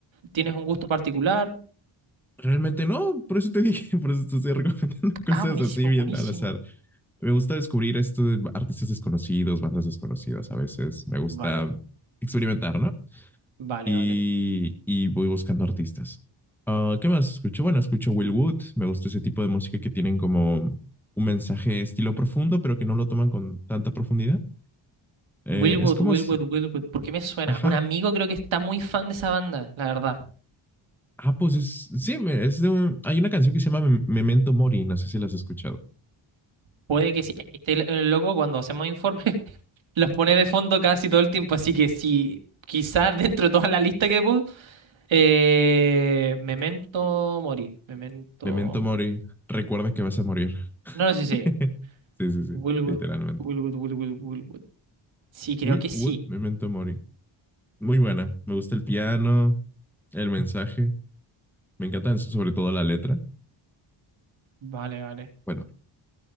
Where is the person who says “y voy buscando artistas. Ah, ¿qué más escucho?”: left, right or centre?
Centre